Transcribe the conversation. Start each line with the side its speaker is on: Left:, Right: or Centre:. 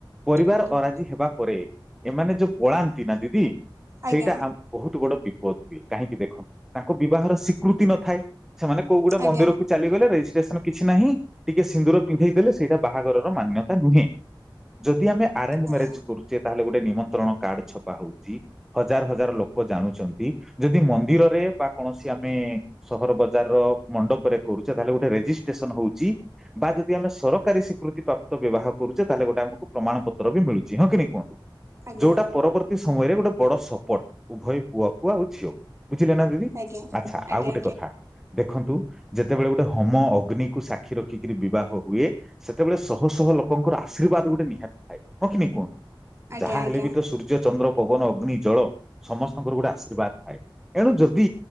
Centre: ପରିବାର
Right: ଆଜ୍ଞା
Centre: ଅରାଜି ହେବା ପରେ ଏମାନେ ଯୋଉ ପଳାନ୍ତି ନା ଦିଦି
Right: ଆଜ୍ଞା
Centre: ସେଇଟା ବହୁତ ବଡ ବିପତି ହୁଏ କାହିଁକି ଦେଖନ୍ତୁ ତାଙ୍କ ବିବାହର ସ୍ୱୀକୃତି ନଥାଏ ସେମାନେ କୋଉ ଗୁଟେ
Right: ଆଜ୍ଞା
Centre: ମନ୍ଦିରକୁ ଚାଲିଗଲେ ରେଜିଷ୍ଟ୍ରେସନ କିଛି ନାହିଁ ଟିକେ ସିନ୍ଦୁର ପିନ୍ଧେଇ ଦେଲେ ସେଇଟା ବାହାଘରର ମାନ୍ୟତା ନୁହେଁ। ଯଦି ଆମେ ଆରେଞ୍ଜ ମ୍ୟାରେଜ
Right: ଆଜ୍ଞା
Centre: କରୁଚେ, ତାହେଲେ ଗୋଟେ ନିମନ୍ତ୍ରଣ କାର୍ଡ ଛପା ହଉଚି। ହଜାର ହଜାର ଲୋକ ଜାଣୁଚନ୍ତି। ଯଦି ମନ୍ଦିରରେ ବା କୌଣସି ଆମେ ସହର ବଜାର ମଣ୍ଡପରେ କରୁଛ ତାହେଲେ ଗୋଟେ ରେଜିଷ୍ଟ୍ରେସନ ହଉଛି ବା ଯଦି ଆମେ ସରକାରୀ ସିକୃତି ପ୍ରାପ୍ତ ବ୍ୟବହାର କରୁଛେ ତାହେଲେ ଗୋଟେ ଆମ ପ୍ରମାଣ ପତ୍ର ବି ମିଳୁଚି ହଁ କିି ନାଇଁ କୁହ?
Right: ଆଜ୍ଞା
Centre: ଯୋଉଟା ପରବର୍ତ୍ତୀ ସମୟରେ ଗୋଟେ ବଡ ସପୋଟ, ଉଭୟ ପୁଅକୁ ଆଉ ଝିଅକୁ ବୁଝିଲେ ନା। ଦିଦି
Right: ଆଜ୍ଞା
Centre: ଆଚ୍ଛା
Right: ଆଜ୍ଞା
Centre: ଆଉ
Right: ଆଜ୍ଞା
Centre: ଗୋଟେ କଥା ଦେଖନ୍ତୁ ଯେତେବେଳେ ଗୋଟେ ହୋମ ଅଗ୍ନିକୁ ସାକ୍ଷୀ ରଖିକିରି ବିବାହ ହୁଏ। ସେତେବେଳେ ଶହ ଶହ ଲୋକଙ୍କର ଆଶୀର୍ବାଦ ଗୋଟେ ନିହାତି ଥାଏ ହଁ କି ନାଇଁ କୁହ?
Right: ଆଜ୍ଞା
Centre: ଯାହା ହେଲେ
Right: ଆଜ୍ଞା
Centre: ବି ତ ସୂର୍ଯ୍ୟ ଚନ୍ଦ୍ର ପବନ ଅଗ୍ନି ଜଳ ସମସ୍ତଙ୍କର ଗୋଟେ ଆଶୀର୍ବାଦ ଥାଏ। ଏଣୁ ଯଦି